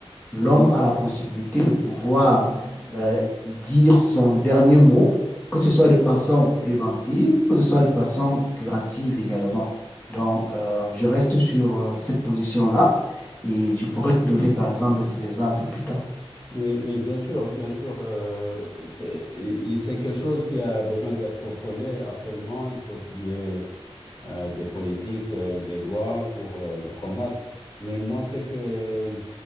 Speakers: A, on the left; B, on the left.
A: l'homme a la possibilité de pouvoir euh, dire son dernier mot, que ce soit de façon préventive, que ce soit de façon curative également. Donc, euh, je reste sur euh, cette position-là et je pourrais te donner, par exemple, d'autres exemples plus tard.
B: Oui, oui, bien sûr, bien sûr. euh, c'est et- et c'est quelque chose qui a besoin d'être contrôlé, absolument. Il faut qu'il y ait euh, des politiques, euh, des lois pour euh, combattre. Mais moi, ce que